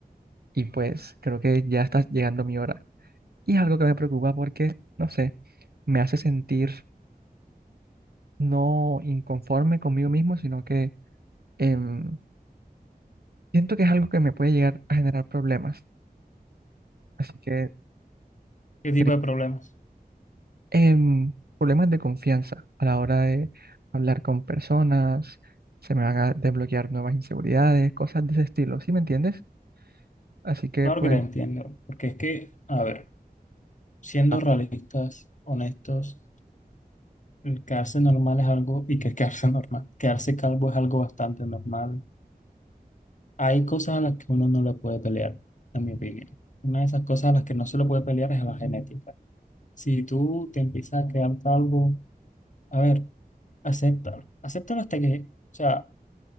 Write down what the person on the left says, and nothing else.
¿Qué tipo
de problemas?
Claro
que te entiendo, porque es que, a ver, siendo
realistas, honestos, el quedarse normal es algo, y que es quedarse <laughs> normal, quedarse calvo es algo bastante normal. Hay cosas a las que uno no le puede pelear, en mi opinión. Una de esas cosas a las que no se le puede pelear es a la genética. Si tú te empiezas a quedar calvo, a ver, acéptalo. Acéptalo hasta que, o sea,